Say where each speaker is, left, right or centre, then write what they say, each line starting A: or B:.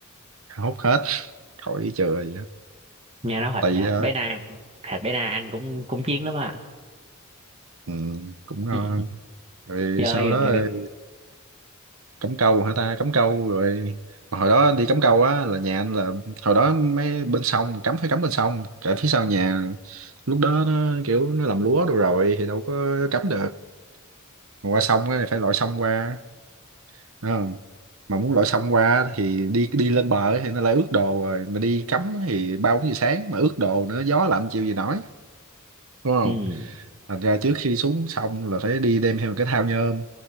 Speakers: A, on the right (about 75°); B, on the right (about 30°).
A: hút hết khỏi chừa gì hết
B: nghe nói
A: tỳ
B: thịt thịt
A: thôi
B: bé na thịt bé na ăn cũng cũng chiến lắm à
A: Ừ, cũng ngon
B: ừ.
A: rồi
B: chơi
A: sau đó ờ,
B: rồi
A: cắm câu hả ta cắm câu rồi mà hồi đó đi cắm câu á là nhà anh là hồi đó mấy bên sông cắm phải cắm bên sông cả phía sau nhà lúc đó nó kiểu nó làm lúa đồ rồi thì đâu có cắm được mà qua sông á thì phải lội sông qua đúng không? mà muốn lội sông qua thì đi đi lên bờ thì nó lại ướt đồ rồi mà đi cắm thì ba bốn giờ sáng mà ướt đồ nữa gió lạnh chịu gì nổi đúng
B: ừ.
A: thành ra trước khi xuống xong là phải đi đem theo một cái thao nhôm